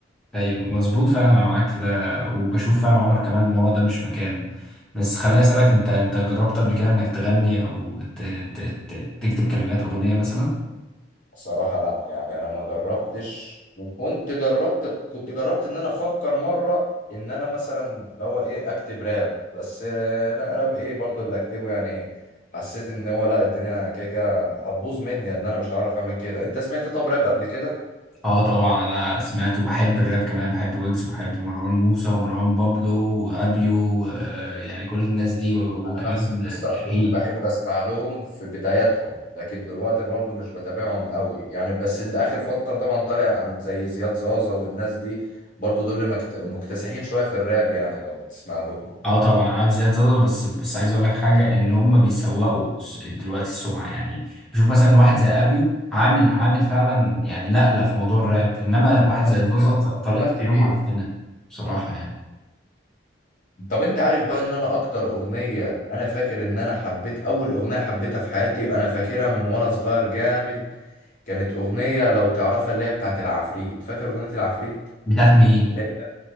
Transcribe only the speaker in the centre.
ايوه مظبوط فعلا انا معاك في ده وبشوف فعلا عمر كمال ان هو ده مش مكانه بس خليني اسالك انت انت جربت قبل كده انك تغني او ت... ت... ت... تكتب كلمات اغنية مثلا
اه طبعا انا سمعت وبحب الراب كمان بحب ويجز وبحب مروان موسى ومروان بابلو وابيو آه يعني كل الناس دي و-
وكمان
شاهين
اه طبعا عارف زياد زازا بس بس عايز اقول لك حاجه ان هم بيسوقوا س- دلوقتي السمعه يعني بشوف مثلا واحد زي ابيو عامل عامل فعلا يعني نقله في موضوع الراب انما واحد
زي زازا ط- طريقه
كلامه
عفنه بصراحه يعني
بتاعت مين؟